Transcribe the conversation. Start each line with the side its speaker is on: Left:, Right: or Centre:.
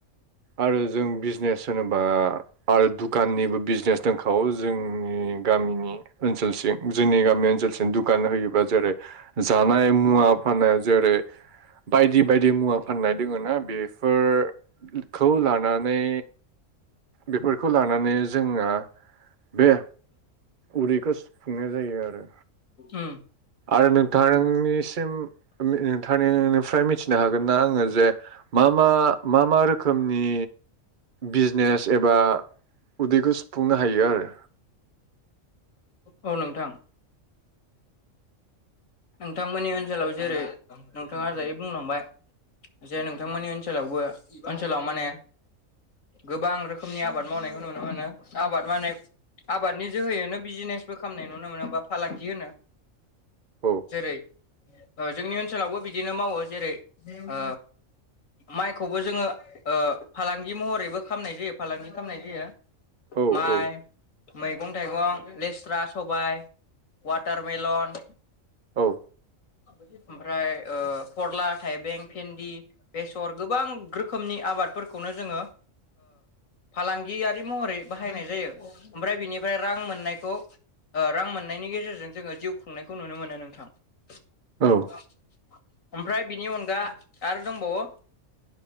Right: आरो जों बिजनेस होनोबा आरो दुकाननिबो बिजनेस दंखावो जोंनि गामिनि ओनसोलसिम जोंनि गामि ओनसोलसिम दुखान होयोबा जेरै जानाय मुवा फाननाय जेरै बायदि बायदि मुवा फाननाय दोङो ना बे फोर खौ लानानै बेफोरखौ लानानै जोङो बे उदैखौ सुफुंनाय जायो आरो।
Left: उम
Right: आरो नोंथांनिसिम नोंथांनिफ्राय मिथिनो हागोन ना आङो जे मा मा मा मा रोखोमनि बिजनेस एबा उदैखौ सुफुंनो हायो आरो?
Left: औ नोंथां नोंथांमोननि ओनसोलाव जेरै नोंथाङा दायो बुंलांबाय जे नोंथांमोननि ओनसोलावबो ओनसोलाव माने गोबां रोखोमनि आबाद मावनायखौ नुनो मोनो आबाद माने आबादनि जोहोयैनो बिजिनेसबो खालामनाय नुनो मोनो बा फालांगि होनो।
Right: औ
Left: जेरै जोंनि ओनसोलावबो बिदिनो मावो। जेरै ओ माइखौबो जोङो ओ फालांगि महरैबो खामनाय जायो फालांगि खामनाय जायो।
Right: औ
Left: माइ
Right: औ।
Left: मैगं थाइगं लेस्रा, सबाय वाटारमेलन
Right: औ
Left: ओमफ्राय ओ फरला, थाइबें, भेन्दि, बेसर गोबां रोखोमनि आबादफोरखौनो ओ जोङो फालांगियारि महरै बाहायनाय जायो। ओमफ्राय बिनिफ्राय रां मोननायखौ ओ रां मोननायनि गेजेरजों जोङो जिउ खुंनायखौ नुनो मोनो नोंथां। <inaudible>
Right: औ
Left: ओमफ्राय बिनि अनगा आरो दंबावो।